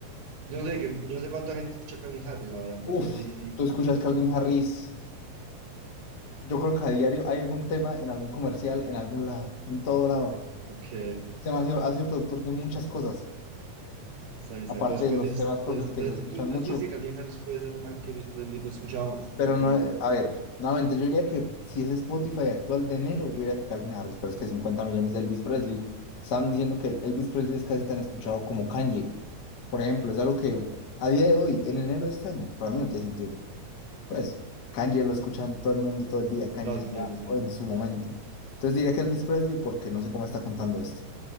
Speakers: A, on the right; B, on the left.
A: Yo no sé, que- que yo no sé cuánta gente escucha Calvin Harris ahora, entonces
B: Uf,
A: no sé si...
B: tú escuchas Calvin Harris. Yo creo que a diario hay algún tema en algún comercial, en algún lado, en todo lado.
A: Ok,
B: Se me ha sido, ha sido productor de muchas cosas,
A: está bien, está
B: aparte
A: bien. Entonces,
B: de
A: ¿cuál
B: los
A: dices?
B: temas
A: Entonces,
B: propios
A: entonces,
B: que se escuchan
A: tú, entonces
B: mucho.
A: tú dices que Calvin Harris puede ser más que Elvis Presley, pues escuchaba más
B: Pero
A: mensualmente.
B: no, eh, a ver, nuevamente, yo diría que si es Spotify actual de enero, yo diría que Calvin Harris, pero es que 50 millones de Elvis Presley. Estaban diciendo que Elvis Presley es casi tan escuchado como Kanye, por ejemplo, es algo que a día de hoy, en enero de este año, para mí no tiene sentido. Pues Kanye lo escuchan todo el mundo todo el día. Kanye
A: Ah,
B: está
A: te entiendo, sí, sí,
B: en
A: sí.
B: su momento. Entonces diría que Elvis Presley porque no sé cómo está contando esto.